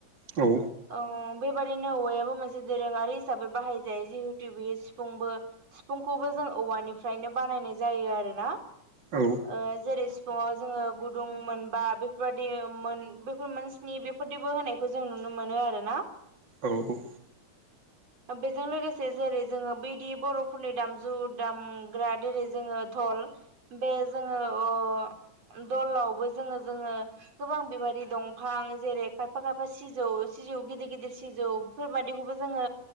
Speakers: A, on the right; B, on the right.
A: औ
B: औ बेबादिनो औवायाबो मोनसे दोरोङारि हिसाबै बाहायजायो जिहेतु बेयो सिफुंबो सिफुंखौबो जों औवानिफ्रायनो बानायनाय जायो आरो ना।
A: औ
B: ओ जेरै सिफुंङाव जोङो गुदुं मोनबा बेफोरबादि मोन बेफोर मोन सिनि बेफोरदिबो होनायखौ जों नुनो मोनो आरो ना।
A: औ
B: बेजों लोगोसे जेरै जोङो बैदि बरफोरनि दामजु दामग्रा देरै जोङो दल बे जोङो अ दलावबो जोङो जोङो गोबां बेबायदि दंफां जेरै खायफा खायफा सिजौ सिजौ गिदिर गिदिर सिजौ बेफोरबादिखौबो जोङो